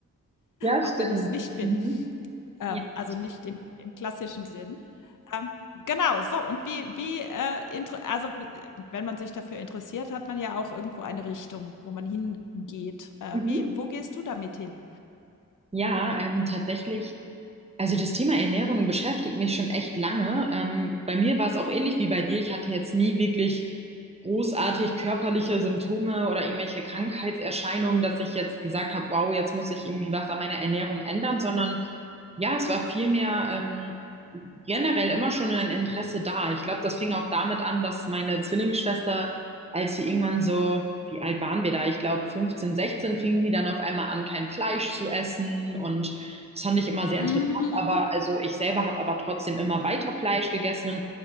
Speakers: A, on the right (about 20°); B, on the left (about 70°).
A: Ja,
B: auch
A: stimmt.
B: wenn ich es nicht bin.
A: Mhm.
B: Ähm,
A: Ja,
B: also
A: richtig.
B: nicht im im klassischen Sinn. Ähm, genau, so und wie wie, äh, intere also äh, wenn man sich dafür interessiert, hat man ja auch irgendwo eine Richtung, wo man hingeht. Äh,
A: Mhm.
B: wie wo gehst du damit hin?
A: Ja, ähm, tatsächlich Also das Thema Ernährung beschäftigt mich schon echt lange. Ähm, bei mir war es auch ähnlich wie bei dir. Ich hatte jetzt nie wirklich großartig körperliche Symptome oder irgendwelche Krankheitserscheinungen, dass ich jetzt gesagt habe, wow, jetzt muss ich irgendwie was an meiner Ernährung ändern, sondern ja, es war vielmehr ähm, generell immer schon ein Interesse da. Ich glaube, das fing auch damit an, dass meine Zwillingsschwester, als wir irgendwann so, wie alt waren wir da? Ich glaube, 15, 16, fing sie dann auf einmal an, kein Fleisch zu essen. Und das fand ich immer sehr interessant.
B: Mhm,
A: Aber also ich selber habe aber trotzdem immer weiter Fleisch gegessen. Und